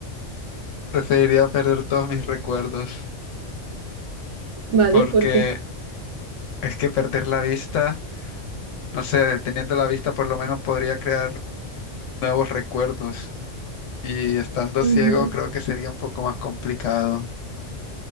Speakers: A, on the left; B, on the right.
A: preferiría perder todos mis recuerdos.
B: Vale,
A: porque
B: ¿por qué?
A: es que perder la vista, no sé, teniendo la vista por lo menos podría crear nuevos recuerdos y estando ciego
B: Ujú.
A: creo que sería un poco más complicado,